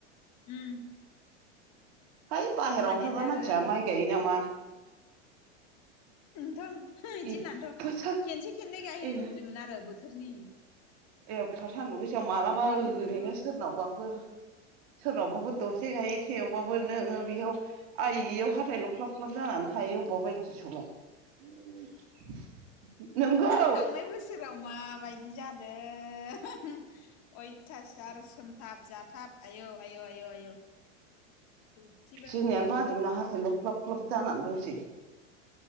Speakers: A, on the left (about 45°); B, on the right (about 60°).
A: उम
B: हैइ बाहेरायाव
A: खामानियानो
B: ओंखारग्रा
A: आरो
B: मानसिया माइ गायो नामा।
A: थ' बिदि
B: एफा
A: होननानैथ'
B: सा
A: खेनसे खेननै गायहैनो
B: ए
A: लुगैदोंमोन आरो बोथोरनि।
B: एफा सान्दुं गोसायाव मालाबा
A: खेननै
B: ओरैनो
A: खेनथामफोर
B: सोरनावबाफोर सोरनावबाफोर दसे गायो थेवबाबो नोङो बेयाव आइयाव हाथथाय ल' ख्लाब ख्लाब जानानै थायो अबेबा बायदि समाव नंगौ
A: थांनाय बोसोराव माबायदि जादों अयथासार सोमथाब जाथाब आयौ आय' आयौ आयौ। बिदिबो
B: जोंनियानो बाजोबनो हाखैल' ख्लाब ख्लाब जानानै दंसै।